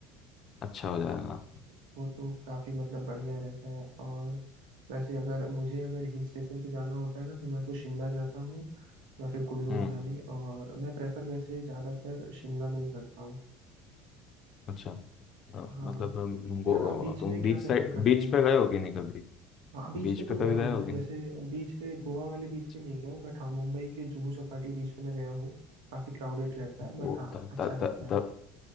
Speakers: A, on the left; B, on the right.
A: अच्छा हो
B: हाँ
A: जाएगा आपका
B: वो तो काफी मतलब बढ़िया रहता है और वैसे अगर मुझे अगर हिल स्टेशन पे जाना होता है ना तो मैं तो शिमला जाता हूँ या फिर कुल्लू
A: हम्म
B: मनाली और मैं प्रेफर वैसे ज्यादातर शिमला में ही करता हूँ
A: अच्छा अ,
B: हाँ
A: मतलब अम, गो
B: तो यार आप बीच
A: तुम
B: में क्या
A: बीच
B: प्रेफर
A: साइड
B: करते
A: बीच
B: हो
A: पे
B: मतलब
A: गए हो कि नहीं कभी
B: हाँ बीच
A: बीच
B: पे तो
A: पे कभी
B: गया हूँ
A: गए हो
B: मैं
A: कि
B: जैसे
A: नहीं
B: बीच पे गोवा वाले बीच
A: अच्छा,
B: पे नहीं गया हूँ बट हाँ मुंबई के जुहू चौपाटी बीच पे मैं गया हूँ काफी क्राउडेड रहता है बट
A: वो
B: हाँ
A: तब
B: अच्छा
A: तब
B: रहता
A: तब तब